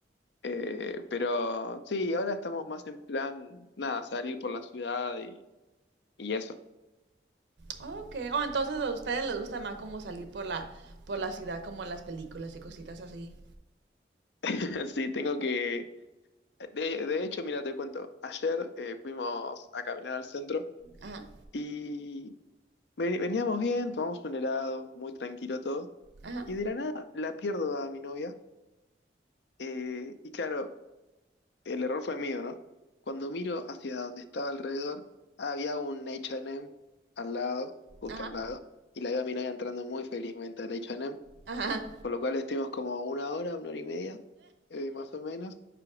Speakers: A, on the left (about 80°); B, on the right (about 80°).
A: Eh, pero sí, ahora estamos más en plan, nada, salir por la ciudad y, y eso.
B: Ok, oh, entonces a ustedes les gusta más como salir por la, por la ciudad, como las películas y cositas así.
A: <laughs> Sí, tengo que... De, de hecho, mira, te cuento, ayer eh, fuimos a caminar al centro
B: Ajá,
A: y ve- veníamos bien, tomamos un helado, muy tranquilo todo,
B: ajá,
A: y de la nada la pierdo a mi novia. eh, y claro, el error fue mío, ¿no? Cuando miro hacia donde estaba alrededor, había un H&M al lado, justo
B: ajá,
A: al lado, y la veo a mi novia entrando muy felizmente al H&M.
B: ajá.
A: Por lo cual estuvimos como una hora, una hora y media, eh, más o menos.